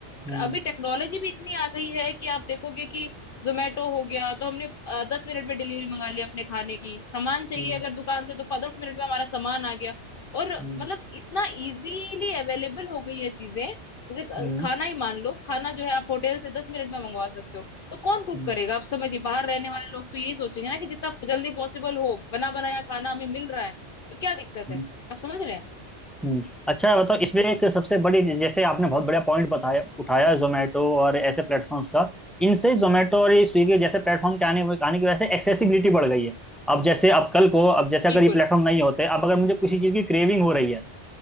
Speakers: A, in the centre; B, on the left.
A: हम्म
B: अभी टेक्नोलॉजी भी इतनी आ गई है कि आप देखोगे कि जोमेटो हो गया तो हमने अ, दस मिनट में डिलीवरी मंगा ली अपने खाने की सामान चाहिए
A: हम्म
B: अगर दुकान से तो प- दस मिनट में हमारा सामान आ गया और
A: हम्म
B: मतलब इतना इजीली अवेलेबल हो गई है चीजें जैसे अ,
A: हम्म
B: खाना ही मान लो खाना जो है आप होटल से दस मिनट में मंगवा सकते हो तो कौन कुक
A: हम्म
B: करेगा आप समझिए बाहर रहने वाले लोग तो यही सोचेंगे ना कि जितना जल्दी पॉसिबल हो बना बनाया खाना हमें मिल रहा है तो क्या दिक्कत
A: हम्म,
B: है आप समझ रहे हैं
A: हम्म। अच्छा बताओ इसमें एक सबसे बड़ी जैसे आपने बहुत बढ़िया पॉइंट बताया उठाया जोमेटो और ऐसे प्लेटफॉर्म्स का इनसे जोमेटो और ये स्विगी जैसे प्लेटफॉर्म के आने आने की वजह से एक्सेसिबिलिटी बढ़ गई है अब जैसे अब कल को अब जैसे अगर
B: बिल्कुल
A: ये प्लेटफॉर्म नहीं होते अब अगर मुझे किसी चीज़ की क्रेविंग हो रही है